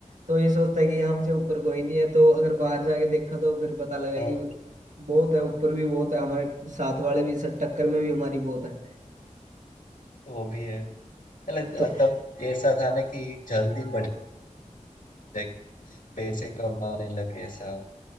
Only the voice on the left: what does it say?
हाँ
तो वो भी है मतलब
तब ऐसा था ना कि जल्दी बढ़ जाए पैसे कमाने लगे ऐसा